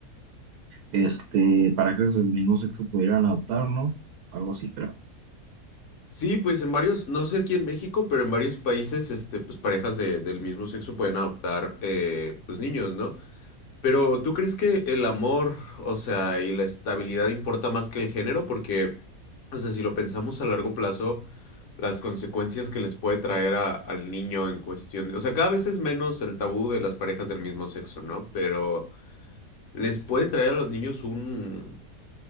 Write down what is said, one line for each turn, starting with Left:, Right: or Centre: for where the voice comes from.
Right: este, parejas del mismo sexo pudieran adoptar, ¿no? Algo así, creo.
Left: Sí, pues en varios, no sé aquí en México, pero en varios países, este, pues parejas de- del mismo sexo pueden adoptar eh, pues niños, ¿no? Pero ¿tú crees que el amor, o sea, y la estabilidad importa más que el género? Porque, o sea, si lo pensamos a largo plazo, las consecuencias que les puede traer a- al niño en cuestión de, o sea, cada vez es menos el tabú de las parejas del mismo sexo, ¿no? Pero les puede traer a los niños un,